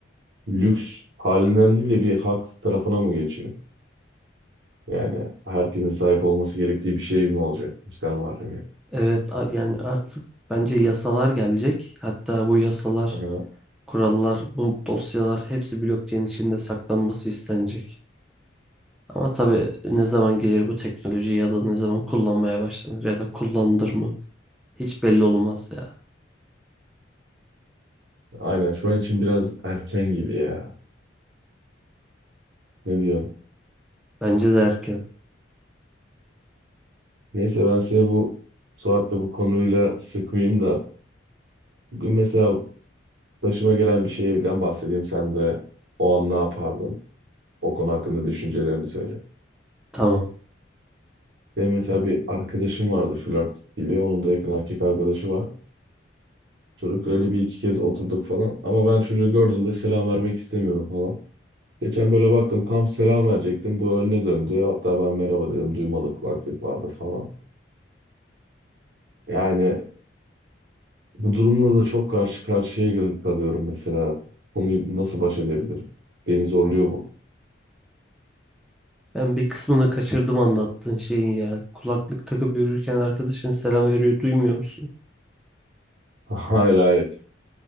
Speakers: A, on the right (about 60°); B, in the centre.
A: lüks halinden değil de bir hak tarafına mı geçiyor? Yani herkesin sahip olması gerektiği bir şey mi olacak dijital mahremiyet?
B: Evet a- yani artık bence yasalar gelecek. Hatta bu yasalar,
A: Ama
B: kurallar, bu dosyalar hepsi blockchain içinde saklanması istenecek. Ama tabii ne zaman gelir bu teknoloji ya da ne zaman kullanmaya başlanır ya da kullanılır mı hiç belli olmaz ya.
A: aynen şu an için biraz erken gibi ya. Ne diyorsun?
B: Bence de erken.
A: Neyse ben seni bu Suat'la bu konuyla sıkmayayım da bugün mesela başıma gelen bir şeyden bahsedeyim sen de o an ne yapardın? O konu hakkında düşüncelerini söyle.
B: Tamam.
A: Benim mesela bir arkadaşım vardı flört gibi. Onun da yakın erkek arkadaşı var. Çocukla öyle bir iki kez oturduk falan. Ama ben çocuğu gördüğümde selam vermek istemiyorum falan. Geçen böyle baktım tam selam verecektim. Bu önüne döndü. Hatta ben merhaba dedim. Duymadı kulaklık vardı falan. Yani Bu durumla da çok karşı karşıya gel- kalıyorum mesela. Konuyu nasıl baş edebilirim? Beni zorluyor bu.
B: Ben bir kısmını kaçırdım anlattığın şeyin ya. Kulaklık takıp yürürken arkadaşın selam veriyor, duymuyor musun?
A: <laughs> Hayır hayır.